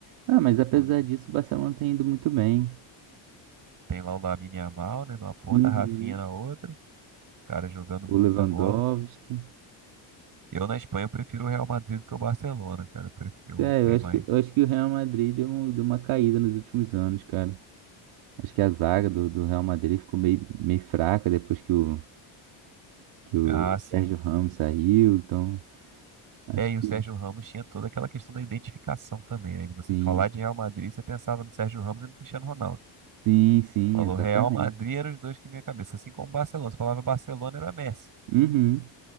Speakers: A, on the right; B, on the right.
A: Ah, mas apesar
B: Foi-
A: disso, o Barcelona tem indo muito bem.
B: Tem lá o Lamine Yamal, né, numa ponta,
A: Uhum.
B: a Rafinha na outra, cara jogando muita
A: O Lewandowski.
B: bola. Eu na Espanha eu prefiro o Real Madrid do que o Barcelona, cara. Eu prefiro
A: Sério,
B: tem
A: eu
B: mais.
A: acho que, eu acho que o Real Madrid deu, um- deu uma caída nos últimos anos, cara. Acho que a zaga do, do Real Madrid ficou meio, meio fraca depois que o, que o
B: Ah,
A: Sérgio
B: sim, sim.
A: Ramos saiu. Então, acho
B: É, e
A: que
B: o Sérgio Ramos tinha toda aquela questão da identificação também, né? De Você
A: sim.
B: falar de Real Madrid, você pensava no Sérgio Ramos e no Cristiano Ronaldo.
A: Sim, sim,
B: Falou
A: exatamente.
B: Real Madrid eram os dois que vinha à cabeça, assim como o Barcelona. Você falava Barcelona era Messi.
A: Uhum.